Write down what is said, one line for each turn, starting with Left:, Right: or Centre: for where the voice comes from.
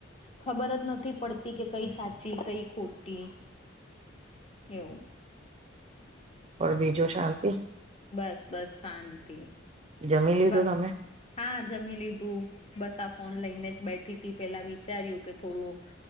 Left: ખબર જ નથી પડતી કે કઈ સાચી કઈ ખોટી એવું
Right: હમર બીજું શાંતિ
Left: બસ બસ શાંતિ
Right: જમી લીધું
Left: બસ
Right: તમે
Left: હા જમી લીધું બસ આ ફોન લઈને જ બેઠ સ્િ પેલા વિચાર્યું કે થોડું